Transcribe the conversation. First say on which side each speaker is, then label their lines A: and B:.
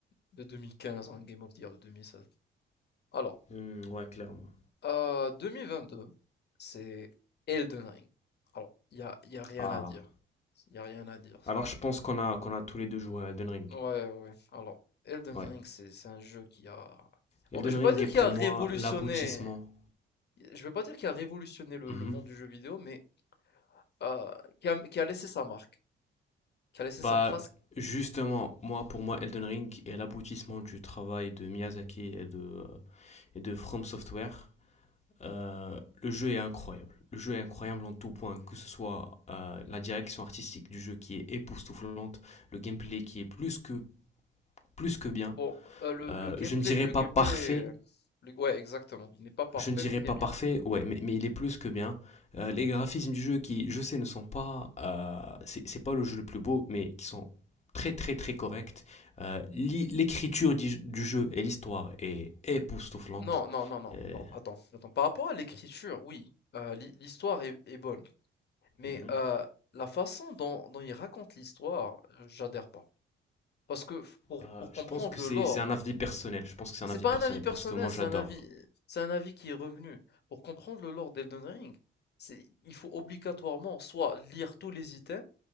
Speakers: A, on the left; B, on the left.
A: De 2015, hein, Game of the Year de 2016. Alors,
B: Hmm, ouais, clairement.
A: euh, 2022, c'est Elden Ring. Alors, il y a, y a rien
B: Ah,
A: à dire. Il y a rien à dire.
B: alors
A: c'est-
B: je pense qu'on a, qu'on a tous les deux joué à Elden Ring.
A: Ouais, ouais. Alors, Elden
B: Ouais.
A: Ring, c'est c'est un jeu qui a... Bon,
B: Elden
A: je vais
B: Ring
A: pas dire
B: est
A: qu'il
B: pour
A: a
B: moi
A: révolutionné...
B: l'aboutissement.
A: Je vais pas dire qu'il a révolutionné le,
B: Mhm.
A: le monde du jeu vidéo, mais euh, qui a, qui a laissé sa marque, qui a laissé
B: Bah,
A: sa trace.
B: justement, moi, pour moi, Elden Ring est l'aboutissement du travail de Miyazaki et de, euh, et de From Software. Euh, le jeu est incroyable. Le jeu est incroyable en tout point, que ce soit euh, la direction artistique du jeu qui est époustouflante, le gameplay qui est plus que, plus que bien.
A: Bon, euh, le,
B: Euh,
A: le gameplay,
B: je ne dirais
A: le
B: pas
A: gameplay...
B: parfait,
A: euh, le- Ouais, exactement. Il n'est pas parfait,
B: je ne dirais
A: mais il
B: pas
A: est bien.
B: parfait, ouais, mais, mais il est plus que bien. Euh, les graphismes du jeu qui, je sais, ne sont pas, euh, c'est c'est pas le jeu le plus beau, mais qui sont très très très corrects. Euh, L'écriture du, du jeu et l'histoire est époustouflante.
A: Non, non, non, non,
B: Et-
A: non, attends, attends. Par rapport à l'écriture, oui, euh, l'hi- l'histoire est, est bonne, mais
B: Mm-hmm.
A: euh, la façon dont, dont il raconte l'histoire, euh, j'adhère pas. Parce que f- pour,
B: Euh,
A: pour comprendre
B: je pense que
A: le
B: c'est
A: lore,
B: c'est un avis personnel. Je pense que c'est
A: c'est
B: un avis
A: pas
B: personnel
A: un avis personnel,
B: parce que moi
A: c'est
B: j'adore.
A: un avis, c'est un avis qui est revenu. Pour comprendre le lore d'Elden Ring, c'est, il faut obligatoirement soit lire tous les items,